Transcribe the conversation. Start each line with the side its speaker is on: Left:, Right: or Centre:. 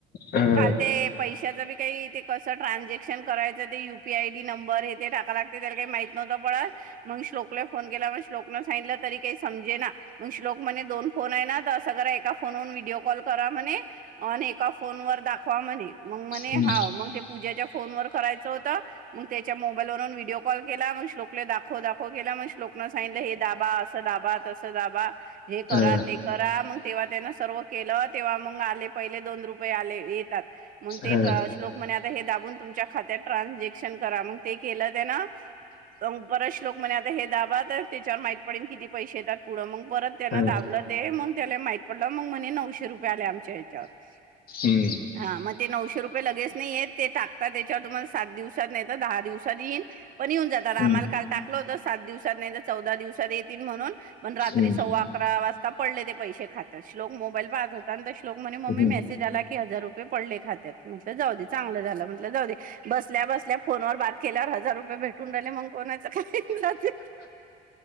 Left: हा
Right: काल ते पैशात काही कस ट्र्झक्शन करायचं ते युपी आय आयडी नंबर हे ते टाका लागते त्याला काही माहित नवतं पत म श्लोकला फोन केला श्लोक न सांगितलं तरी काही समजेना कसं ट्रांजेक्शन करायचं ते U P I D. Number हे ते टाकाय लागते पळत. म्हणून श्लोक ले फोन केला समजे ना मग श्लोक म्हणे दोन फोन आहे ना तर असं करा एका फोन वून व्हिडिओ कॉल करा म्हणे आणि एका फोन वर दाखवा म्हणे मग म्हणे
Left: हम्म
Right: हा मग पूजाच्या फोन वर करायचं होतं मग त्याच्या मोबाईल वरुन व्हिडिओ कॉल केला मग श्लोकले दाखव दाखव केला मग श्लोकनं सांगितलं हे दाबा असं दाबा तसं दाबा हे करा
Left: हा
Right: ते करा मग तेव्हा त्यान सर्व केलं तेव्हा मग आले पहिले दोन रुपये आले येतात मग ते
Left: हा
Right: श्लोक म्हणे हे दाबून तुमच्या खात्यात ट्रानझेक्शन करा मग ते केलं त्यान परच लोक म्हणे आता हे दा तर त्याच्यावर माहित पडेल किती पैसे येतात पुढ मग परत त्यांना
Left: हा
Right: दाबलं ते मग त्याला माहित पडलं मग म्हणे नऊशे रुपये आले आमच्या हच्यावर
Left: हम्म
Right: हा मग ते नऊशे रुपये लगेच नई येत. ते टाकता त्याच्यावर तुम्हाला सात दिवसात नाही तर दहा दिवसात येईन पण येऊन जात आमला
Left: हम्म
Right: काल टाकलं होतं सात दिवसात नाही तर चौदा दिवसात येतील म्हणून पण रात्री
Left: हम्म
Right: सव्वा अकरा वाजता पडले ते पैसे खातातत श्लोक मोबाईल पाहत होता आणि तर श्लोक म्हणे मम्मी
Left: हम्म
Right: मेसेज आला की हजार रुपये पडले खात्यात म्हट जाऊ दे. चांगलं झालं म्हट जाऊ दे बसल्या बसल्या फोनवर बात केल्यावर हजार रुपये भेटून राहिले मग कोणाच काय